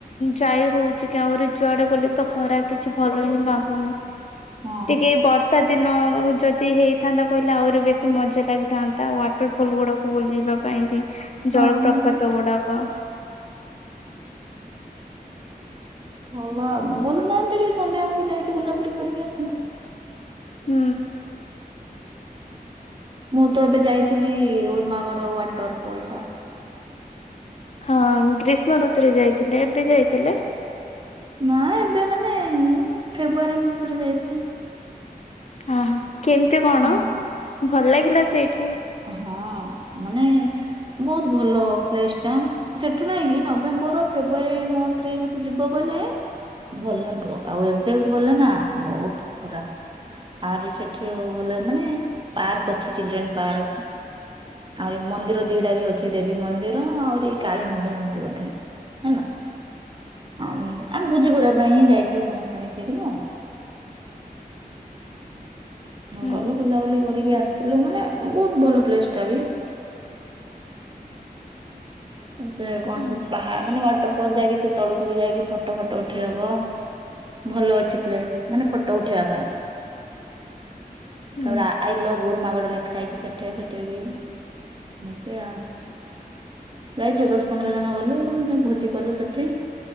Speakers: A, on the left (about 45°); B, on the right (about 30°).
A: ଯାଇ ହଉଛି କି ଆହୁରି ଯୁଆଡେ ଗଲେ ତ ଖରା କିଛି ଭଲ ହିଁ ଲାଗୁନି।
B: ହଁ
A: ଟିକେ ବର୍ଷା ବଷା ଦିନ ଯଦି ହେଇଥାନ୍ତା କହିଲେ ଆହୁରି ବେଶୀ ମଜା ଲାଗିଥାନ୍ତା। ାଟର ଫଲ ଗୁଡା ବୁଲ ଯିବା ପାଇଁ ଯେ
B: ହଁ
A: ଜଳପ୍ରପାତ ଗୁଡାକ
B: ଭଲ ବୁଲୁନାହାନ୍ତି ଟିକେ ସନ୍ଧ୍ୟା ବେଳକୁ ଯାଇକି ବୁଲାବୁଲି କରିକି ଆସନ୍ତେ।
A: ହୁଁ।
B: ମୁଁ ତ ଏବେ ଯାଇଥିଲି ଉର୍ମାଗଡ ୱାଟର ପୋଲ ଟା
A: ହଁ ଗ୍ରୀଷ୍ମ ଋତୁରେ ଯାଇଥିଲେ ଏବେ ଯାଇଥିଲେ।
B: ନା ଏବେ ମାନେ ଫେବୃୁଆରୀ ମାସରେ ଯାଇଥିଲି।
A: ହ କେମିତି କଣ
B: ହଁ
A: ଭଲ ଲାଗିଲା ସେଇଠି।
B: ହଁ ମାନେ ବହୁତ ଭଲ ପ୍ଲେସ ଟା ସେଠୁ ନହିଁ କି ନଭେମ୍ବର ଫେବୃଆରୀ ମନ୍ଥରେ ଯଦି ଯିବ ଗଲେ ଭଲ ଲାଗିବ ଆଉ ଏବେ ଗଲେ ନା ବହୁତ ଖରାପ ଆହୁରି ସେଠି ଗଲେ ମାନେ ପାର୍କ ଅଛି ଚିଲଡ୍ରେନ୍ ପାର୍କ ଆହୁରି ମନ୍ଦିର ଦିଟା ବି ଅଛି ଦେବୀ ମନ୍ଦିର ଆହୁରି କାଳୀ ମନ୍ଦିର ଏମତି ବୋଧେ ହେଲା ଆହୁରି ଆମେ ପୂଜା କରିବା ପାଇଁ ହିଁ ଯାଇଥିଲୁ ସମସ୍ତେ ମିଶେଇକି ତ ହଁ
A: ହୁଁ
B: ଗଲୁ ବୁଲାବୁଲି ଆସିଥିଲୁ ମାନେ ବହୁତ ଭଲ ପ୍ଲେସ ଟା ବି। ସେ କଣ
A: ହୁଁ
B: ବାହା ମାନେ ସେ ତଳକୁ ଯାଇକି ଫୋଟୋ ଫଟ ଉଠେଇ ବାକୁ ହବ ଭଲ ଅଛି ପ୍ରେସ ମାନେ ଫୋଟ ଉଠେଇବା ପାଇଁ।
A: ହୁଁ
B: ଆର ଆଇ ଲଭ୍ ଉର୍ ମଗ ଲେଖା ହେଇଛି ସେଠେ ସେଠେ ବି ଏମତି ଆଉ ଯାଇଥିଲୁ ଦଶ ପନ୍ଦର ଜଣ ଗଲୁ ମାନେ ଭୋଜି କଲୁ ସେଠେ